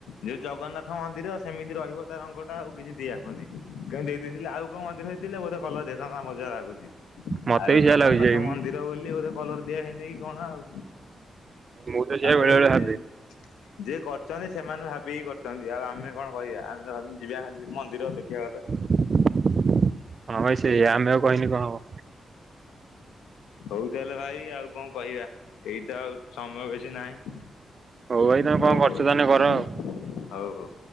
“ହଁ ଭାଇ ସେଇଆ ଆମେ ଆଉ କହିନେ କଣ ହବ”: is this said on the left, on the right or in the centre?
Right